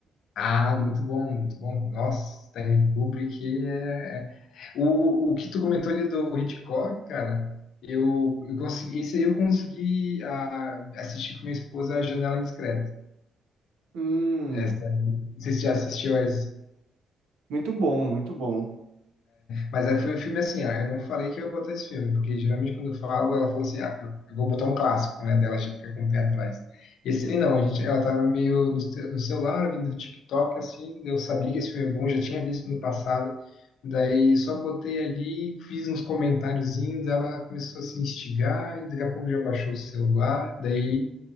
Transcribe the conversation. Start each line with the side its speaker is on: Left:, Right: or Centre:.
Left: Ah, muito bom, muito bom. Nossa, Stanley Kubrick é... é, O, o que tu comentou ali do Hitchcock, cara, eu, eu consegui, esse aí eu consegui ah, assistir com minha esposa A Janela Indiscreta.
Right: Hum,
Left: Essa, não sei se você já assistiu essa.
Right: muito bom, muito bom.
Left: Mas aí foi o filme assim, ó, eu não falei que eu ia botar esse filme, porque geralmente quando eu falo, ela fala assim, ah, eu eu vou botar um clássico, né? Dela a gente fica com o pé atrás. Esse aí não, a gente, ela tava meio no, ce- no celular, vendo do TikTok, assim, eu sabia que esse filme é bom, já tinha visto no passado, daí só botei ali, fiz uns comentáriozinhos, ela começou a se instigar, e daqui a pouco já baixou o celular, daí,